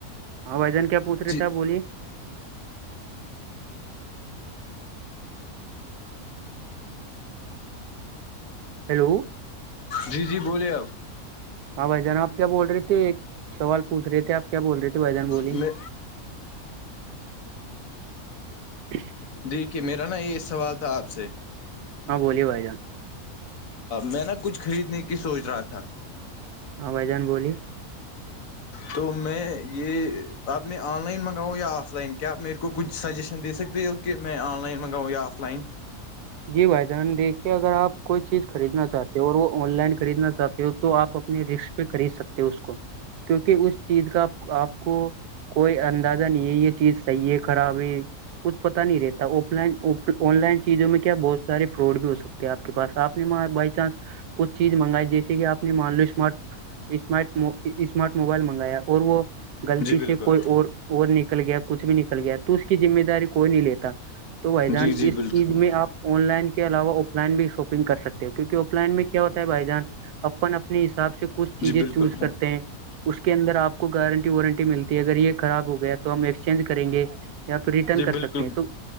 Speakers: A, on the right (about 85°); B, on the left (about 65°).
A: ہاں بھ جان کیا پوچھ رہے
B: جی
A: تھے آپ بولیے <unintelligible> ہیلو
B: جی جی بولے اب
A: ہاں بھائی جان آپ کیا بول رہے تھے ایک سوال پوچ رہے تھے آپ کیا بول رہے تھے بھائی جان بولیے
B: میں
A: جی
B: دیکیک میرا نا یہ سوال تھا آپ سے
A: ہاں بولیے بھائی جان
B: میں نا کچھ خریدنے کی سوچ رہا تھا
A: ہاں بیدان بولیے
B: تو میں یہ اب میں آن لائن منگاؤں یا آف لائن کیا آپ میرے کو کچھ سجیشن دے سکتے ہو کہ میں آن لائن منگاؤں یا آف لائن
A: جی بھائی جان دیکھیے اگر آپ کوئی چیز خریدنا چاہتے ہو اور وہ آن لائن خریدنا چاہتے ہو تو آپ اپنے ر پہ خرید سکتے ہو اس کو کیونکہ اس چیز کا آپ کو کوئی اندازہ نہیں ہے یہ چیز صحیح ہے خراب ہے کچھ پتا نہیں رہتا آف لائن آن لائن چیزوں میں کیا بہت سارے فراڈ بھی ہو سکتے ہیں آپ کے پاس آپ نے بائی چانس کچھ چیز منگائی جیسے کہپ نے مان لو اسمارٹ اسمارٹ اسمارٹ موبائل منگایا اور وہ غلطی
B: جی بالکل
A: سے کوئی اور اور نکل گیا کچھ بھی نکل گیا تو اس کی ذمہ داری کوئی نہیں لیتا تو بھائی جان
B: جی جی
A: اس
B: بالکل
A: چیز میں آپ آن لائن کے علاوہ آف لائن بھی شاپنگ کر سکتے ہو کیکہ آف لائن میں کیا ہوتا ہے بائی جان اپن اپنے حساب سے کچھ چیزیں
B: جی بالکل
A: چوز کرتے ہیں اس کے اندر آپ کو گارنٹی وارنٹی ملتی ہے اگر یہ خراب ہو گیا تو ہم ایکسچینج کریں گے یا پھر ریٹرن
B: جی
A: کر
B: بالکل
A: سکتے ہیں تو